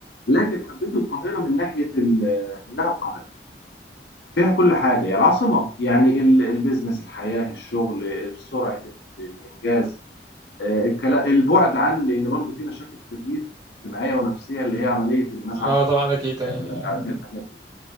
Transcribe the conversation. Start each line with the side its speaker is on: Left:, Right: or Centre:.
Left: لكن حبيت القاهره من ناحيه ال- انها القاهره فيها كل حاجه هي العاصمه يعني ال- البيزنس الحياه الشغل سرعه ال- الانجاز آه، الكلا- البعد عن لان برضه في مشاكل في الريف اجتماعيه ونفسيه اللي هي عمليه الناس
Right: اه
Left: عارفه
Right: طبعا اكيد آه،
Left: مش عارف ايه الحاجات دي